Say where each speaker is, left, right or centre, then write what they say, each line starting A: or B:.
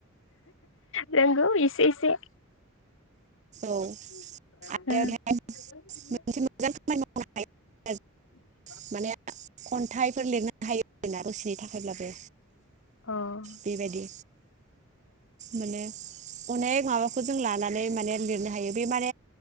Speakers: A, on the left (about 65°); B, on the right (about 35°).
A: नोंगौ इसे इसे होम
B: औ आरो बेहाय मोनसे मोजां खामानि मावनो हायो आरो माने खन्थाइफोर लिरनानै हायो आरोना उसिनि थाखायब्लाबो
A: अ उम
B: बेबायदि माने अनेक माबाखौ जों लानानै माने लिरनो हायो बे मान